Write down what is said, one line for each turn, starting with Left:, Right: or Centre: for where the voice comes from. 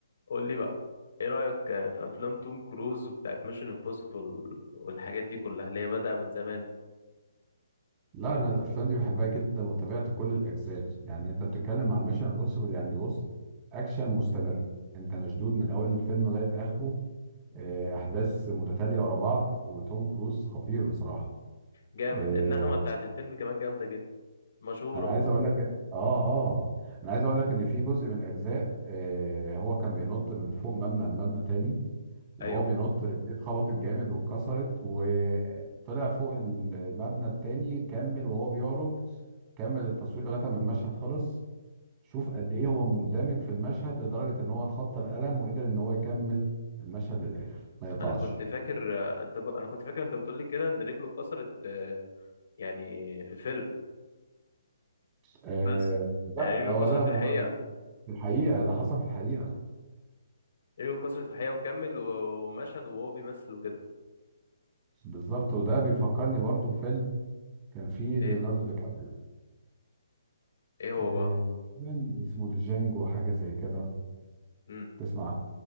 Left: قول لي بقى ايه رأيك في افلام توم كروز بتاعت ميشن امبوسيبل والحاجات دي كلها اللي هي بدأ من زمان دي
Right: لا انا الافلام دي بحبها جدا وتابعت كل الاجزاء يعني انت بتتكلم عن ميشن امبوسيبل يعني بص اكشن مستمر انت مشدود من اول الفيلم لغايه اخره آه، احداث متتاليه ورا بعض وتوم كروز خطير بصراحه
Left: جامد
Right: آه،
Left: النغمة بتاعت الفيلم كمان جامدة جدا مشهورة
Right: انا عايز اقول لك اه اه انا عايز اقول لك ان في جزء من الاجزاء آه، هو كان بينط من فوق مبنى لمبنى تاني وهو
Left: ايوه
Right: بينط رجليه اتخبطت جامد واتكسرت وطلع فوق المبنى التاني كمل وهو بيعرج كمل التصوير لغايه ما المشهد خلص شوف قد ايه هو مندمج في المشهد لدرجه ان هو اتخطى الالم وقدر ان هو يكمل المشهد للاخر ما يقطعش
Left: انا كنت فاكر انت انا كنت فاكر انت بتقول لي كده ان رجله اتكسرت آه، يعني في الفيلم
Right: آه
Left: بس
Right: لا
Left: يعني رجله
Right: هو
Left: اتكسرت
Right: لا
Left: في
Right: مج-
Left: الحقيقة
Right: في الحقيقه ده حصل في الحقيقه
Left: رجله اتكسرت في الحقيقة وكمل و- ومشهد وهو بيمثل وكده
Right: بالظبط وده بيفكرني برضو بفيلم كان فيه ليوناردو
Left: ايه
Right: دي كابريو
Left: ايه هو
Right: آه
Left: بقى
Right: تقريباً اسمه ديجانجو حاجه زي كده
Left: امم
Right: تسمع